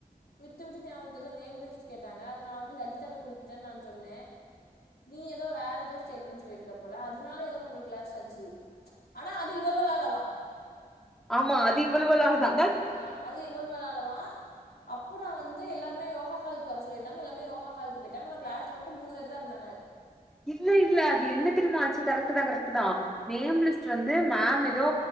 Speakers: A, on the left; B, in the centre.
A: விட்டு விட்டு ஞாபகருக்கு எதோ நேம்லிஸ்ட் கேட்டாங்க அத நா வந்து லலிதாட்ட குடுத்தேன் நா சொன்னே நீ ஏதோ வேற ஏதோ ஸ்டேட்மெண்ட் சொல்லிருக்க போல அதுனால எதோ நம்ம கிளாஸ்ல வச்சு ஆனா அது இவகள்லால தா
B: ஆமா அது இவ்ளவள்லால தா
A: ஆ அது இவள்வள்லால தா அப்போ நான் வந்து எல்லாருமே யோகா ஹால்க்கு வர சொல்லிருந்தாங்க எல்லாருமே யோகா ஹாலுக்கு போயிட்டாங்க நம்ம கிளாஸ்ல மட்டும் மூணு பேரு தா இருந்தாங்க
B: இல்ல இல்ல அது என்ன தெரிம்மா ஆச்சு கரெக்ட்டு தா கரெக்ட்டு தா நேம் லிஸ்ட் வந்து மேம் எதோ